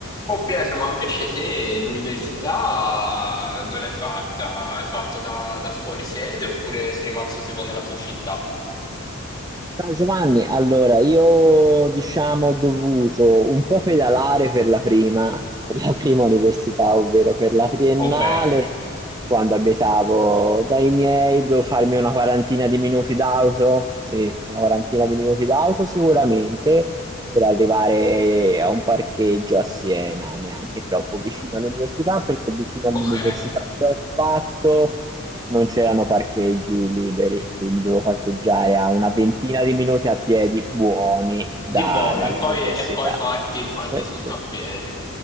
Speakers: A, on the left (about 20°); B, on the right (about 15°).
A: Oh Pietro, ma invece se l'università eh, dove l'hai fatta? Hai fatto da, da fuori sede oppure sei rimasto tipo nella tua città?
B: Ciao Giovanni, allora io diciamo ho dovuto un po' pedalare per la prima, per la prima università, ovvero per la triennale,
A: Ok,
B: quando abitavo dai miei, devo farmi una quarantina di minuti d'auto, sì, una quarantina di minuti d'auto sicuramente, per arrivare a un parcheggio a Siena, neanche troppo vicino all'università, perché vicino
A: ok.
B: all'università che ho fatto non c'erano parcheggi liberi, quindi dovevo parcheggiare a una ventina di minuti a piedi buoni da-
A: Dio buono,
B: dall'università.
A: e poi, e poi farti, farti
B: Sì,
A: tutto
B: sì,
A: a piedi.
B: sì.